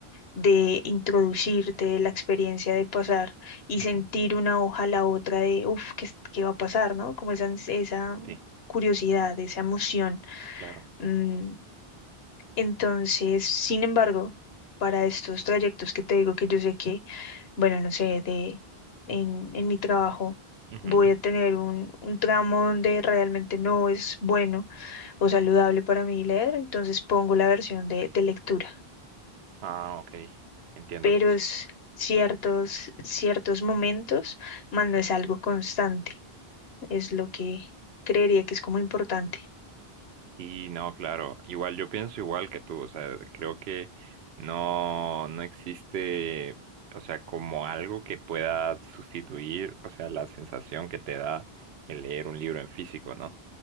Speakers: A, on the left (about 75°); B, on the right (about 80°).
A: de introducirte, de la experiencia de pasar y
B: ujú.
A: sentir una hoja a la otra de, uff, ¿qué, es- qué va a pasar, ¿no? Como esa, ans- esa
B: Sí,
A: curiosidad, esa emoción.
B: claro.
A: mm, entonces, sin embargo, para estos trayectos que te digo que yo sé que, bueno, no sé, de en, en mi trabajo
B: Ujú.
A: voy a tener un, un tramo donde realmente no es bueno o saludable para mí leer, entonces pongo la versión de, de lectura.
B: Ah, ok. Entiendo.
A: Pero es ciertos, ciertos momentos, más no es algo constante, es lo que creería que es como importante.
B: Sí, no, claro. Igual yo pienso igual que tú. O sea, creo que no, no existe, o sea, como algo que pueda sustituir, o sea, la sensación que te da el leer un libro en físico, ¿no?